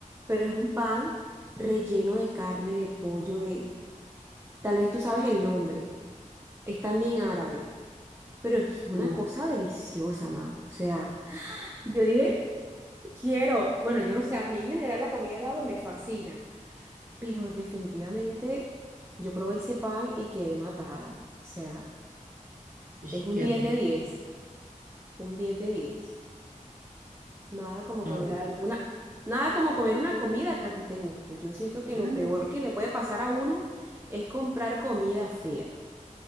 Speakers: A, on the right; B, on the right.
A: pero es un pan relleno de carne, de pollo, de... Tal vez tú sabes el nombre, es también árabe, pero es una
B: uf,
A: cosa deliciosa, Majo. O sea, yo dije, quiero, bueno, yo no sé, a mí en general la comida árabe me fascina. Pero definitivamente yo probé ese pan y quedé matada. O sea,
B: ish,
A: es un
B: qué
A: 10
B: rico.
A: de diez un 10 de diez Nada como
B: No,
A: comer
B: no,
A: alguna,
B: no.
A: nada como comer una comida que a ti te guste. Yo siento que
B: Ah,
A: lo peor que le puede pasar a uno es comprar comida fea.